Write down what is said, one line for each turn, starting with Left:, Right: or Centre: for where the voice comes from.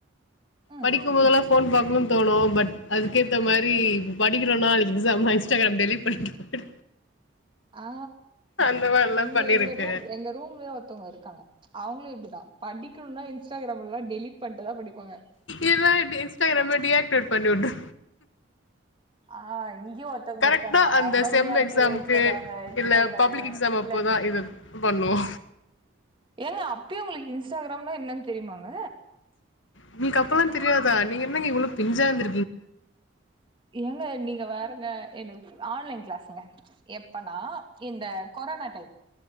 Right: ம்
Left: படிக்கும்போதெல்லா ஃபோன் பாக்குனு தோணு பட் அதுக்கேத்தா மாரி படிக்கிறோ நாளைக்கு எக்ஸாம்னா இன்ஸ்டாகிராம் டெலிட் பண்ணிட்டு
Right: ஆ
Left: அந்த மாரிலா
Right: இங்க
Left: பண்ணிருக்கு
Right: இங்க ரூம் எங்க ரூம்லயே ஒருத்தவங்க இருக்காங்க அவங்களோ இப்டிதா படிக்கணுனா இன்ஸ்டாகிராம்லா டெலிட் பன்ட்டுதா படிப்பாங்க
Left: இல்லாட்டி இன்ஸ்டாகிராம டி ஆக்டிவேட் பண்ணி விட்ரு
Right: ஆ இங்கயு ஒர்த்தவங்க
Left: கரெக்டா
Right: இருக்காங்க
Left: அந்த
Right: ஆவதா
Left: செம்
Right: டிஆக்டிவேட்
Left: எக்ஸாம்க்கு
Right: பண்ணுவாங்க இன்ஸ்டாகிரம
Left: இல்ல பப்ளிக் எக்ஸாம் அப்போதா
Right: இல்லா
Left: இது பண்ணுவோ
Right: ஏங்க அப்பயே உங்களுக்கு இன்ஸ்டாகிராம்னா என்னன் தெரியுமாங்க
Left: உங்ளுக்கு அப்பல்லா தெரியாதா நீங்க என்னங்க இவ்வளோ பிஞ்சா இருந்து
Right: ஏங்க நீங்க வேறங்க எனக்கு ஆன்லைன் கிளாஸுங்க எப்பனா இந்த கொரோனா டைம்